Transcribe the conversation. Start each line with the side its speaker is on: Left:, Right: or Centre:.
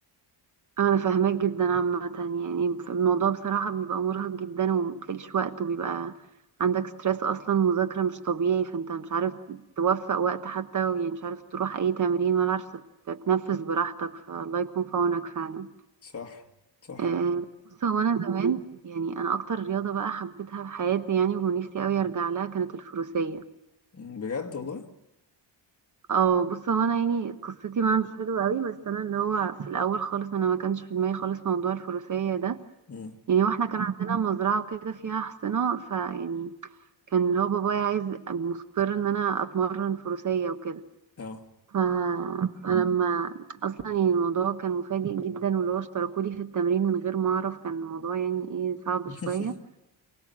Right: انا فاهماك جدا عامة يعني الموضوع بصراحة بيبقى مرهق جدا ومبتلاقيش وقت وبيبقى عندك ستريس اصلا مذاكرة مش طبيعي فانت مش عارف توفق وقت حتى يعني مش عارف تروح اي تمرين ولا عارف تتنفس براحتك فالله يكون في عونك فعلا
Left: صح صح
Right: آه،
Left: والله
Right: بص هو انا زمان يعني انا اكتر رياضة بقى حبيتها في حياتي يعني ونفسي اوي ارجع لها كانت الفروسية
Left: مم، بجد والله
Right: اه بص هو انا يعني قصتي معاه مش حلوه قوي بس انا اللي هو في الاول خالص انا ما كانش في دماغي خالص موضوع الفروسيه ده
Left: مم،
Right: يعني هو احنا كان عندنا مزرعه وكده فيها حصنه فيعني كان اللي هو بابايا عايز مصر ان انا اتمرن فروسيه وكده
Left: اه
Right: ف... فلما اصلا يعني الموضوع كان مفاجئ جدا واللي هو اشتركولي في التمرين من غير ما اعرف كان الموضوع يعني ايه صعب
Left: <laughs>
Right: شويه